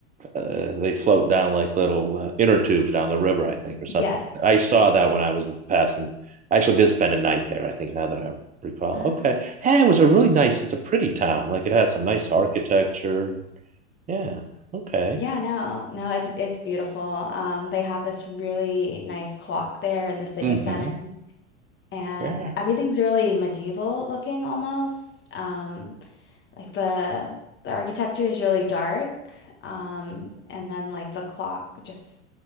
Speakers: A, on the right (about 20°); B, on the left (about 30°).
A: uh, they float down like little uh, inner tubes down the river, I think, or
B: Yes.
A: something. like that. I saw that when I was passing. I actually did spend a night there, I think, now that I recall.
B: Um,
A: Okay. Yeah, it was a really nice, it's a pretty town. Like it has some nice architecture. Yeah. Okay.
B: yeah, no, no, it's it's beautiful. Um, they have this really nice clock there in the city
A: hmm
B: center, and
A: Yeah.
B: everything's really medieval looking almost. Um, like the the architecture is really dark. Um, and then like the clock just